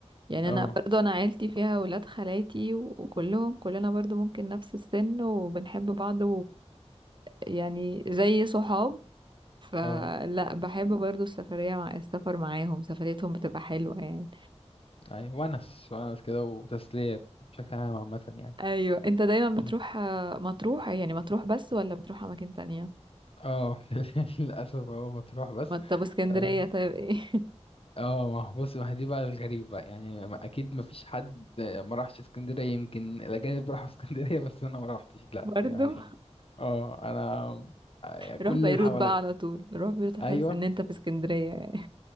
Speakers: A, on the right; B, on the left.
A: يعني
B: أه
A: انا برضو انا عيلتي فيها ولاد خالاتي و- وكلهم كلنا برضو ممكن نفس السن وبنحب بعض ويعني زي صحاب فلا
B: أه
A: بحب برضو السفرية مع السفر معاهم سفريتهم بتبقى حلوة يعني
B: أيوة ونس ونس كده وتسلية بشكل عام عامة يعني
A: ايوه انت دايما
B: م.
A: بتروح آه، مطروح يعني مطروح بس ولا بتروح اماكن تانية
B: أه <laughs> للأسف هو مطروح بس
A: ما- طب اسكندرية
B: آه.
A: طيب ايه <laughs>
B: اه ما هو بص ما هي دي بقى الغريب بقى يعني ما- اكيد ما فيش حد ما راحش اسكندريه يمكن الاجانب <laughs> راحوا اسكندريه بس انا ما روحتش لا
A: برضو
B: يعني اه انا كل
A: روح بيروت
B: اللي حواليا
A: بقى على طول روح بيروت هتحس
B: ايوه
A: ان انت في اسكندرية يعني